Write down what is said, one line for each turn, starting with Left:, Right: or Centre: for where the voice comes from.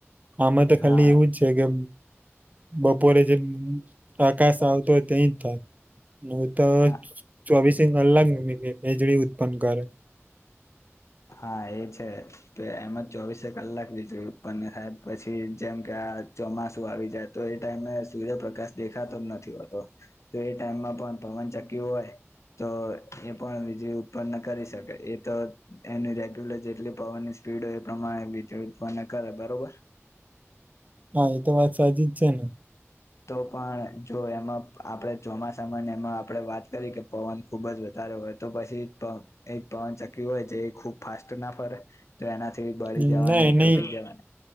Right: આમાં તો ખાલી
Left: હા
Right: એવું જ છે, કે બપોરે જેમ પ્રકાશ આવતો હોય તેં જ નું તો
Left: હા
Right: ચોવીશ સિઘ અલગ મી બેજળી ઉત્પન્ન કરે
Left: હા એ છે તો એમાં ચોવીસે કલાક વીજળી ઉત્પન્ન થાય પછી જેમ કે આ ચોમાસું આવી જાય તો એ ટાઈમે સૂર્યપ્રકાશ દેખાતો જ નથી હોતો તો એ ટાઈમમાં પણ પવન ચક્યું હોય તો એ પણ વીજળી ઉત્પન્ન કરી શકે એ તો એની રેગ્યુલર જેટલી પવનની સ્પીડ હોય એ પ્રમાણે બીજ કરે બરોબર
Right: હા એ તો વાંચતા ની છે ને
Left: તો પણ જો એમાં આપણે જોમાસામા એમાં આપણેે વાત કરી કે પવન ખુબ જ વધારે હોય તો પછી એ પવન ચકી હોય જે ખુબ ફાસ્ટ ના ફરે તો એનાથી બળી
Right: હમ્મ
Left: જવાની
Right: ના એ ન
Left: તૂટી જવાની